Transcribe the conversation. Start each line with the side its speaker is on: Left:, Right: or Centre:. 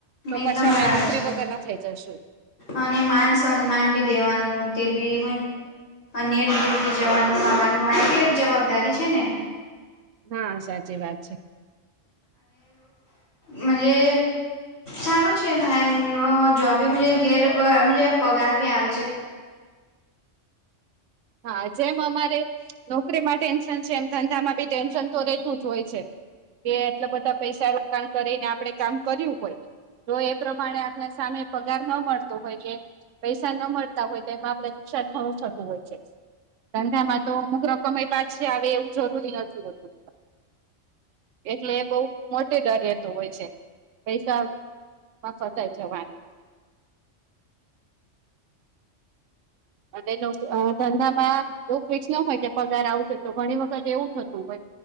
Right: તો,
Left: એકદમ
Right: પછી
Left: બરાબર
Right: અમે નોકરી
Left: છે.
Right: વગર ના થઈ જશું.
Left: અને માન સન્માન બી દેવાનું, તે બી નેટ જવાનું-આવવાનું, આ એક જવાબદારી છે ને.
Right: હા, સાચી વાત છે.
Left: અને જે સારું છે, ભાઈ જોબ ઘેર પગાર ભી આવે છે.
Right: હા, જેમ અમારે નોકરીમાં ટેન્શન છે, એમ ધંધામાં બી ટેન્શન તો રહેતું જ હોય છે. એ એટલા બધા પૈસા રોકાણ કરીને આપડે કામ કર્યું હોય. તો એ પ્રમાણે આપને સામે પગાર ના મળતો હોય કે પૈસા ન મળતા હોય, તો એમાં આપડણે નુકસાન ઘણું થતું હોય છે. ધંધામાં તો મુકરામ કમાય પાછી આવે, એવું જરૂરી નથી હોતું. એટલે એ બહુ મોટો ડર રહેતો હોય છે, પૈસા માં ફસાય જવાનું. અને નોક ધંધામાં એવું ફિકસ ન હોય કે, પગાર આવશે તો, ઘણી વખત એવું થતું હોય.